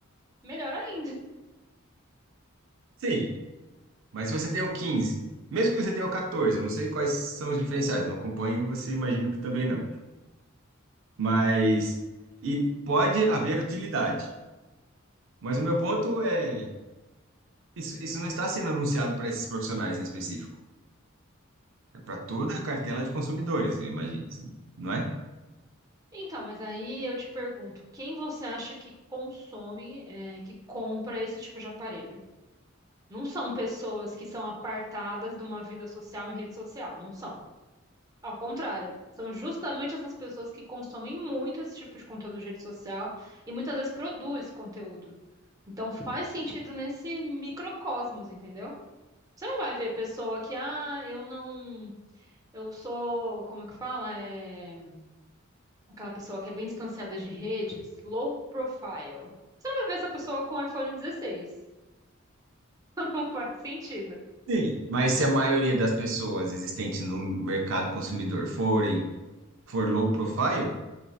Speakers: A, on the right; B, on the right.
A: melhor ainda.
B: Sim, mas se você tem o 15, mesmo que você tenha o 14, eu não sei quais são os diferenciais, não acompanho, você imagino que também não. Mas e pode haver utilidade. Mas o meu ponto é, isso, isso não está sendo anunciado para esses profissionais em específico. É para toda a cartela de consumidores, eu imagino, assim, não é?
A: Então, mas aí eu te pergunto, quem você acha que consome, é, que compra esse tipo de aparelho? Não são pessoas que são apartadas de uma vida social em rede social, não são. Ao contrário, são justamente essas pessoas que consomem muito esse tipo de conteúdo de rede social e muitas vezes produz conteúdo. Então faz sentido nesse microcosmos, entendeu? Você não vai ver pessoa que, ah, eu não, eu sou, como é que fala? É, Aquela pessoa que é bem distanciada de redes, low profile. Você não vai ver essa pessoa com iPhone 16. <laughs> Não faz sentido.
B: Sim. Mas se a maioria das pessoas existentes no mercado consumidor forem for low profile,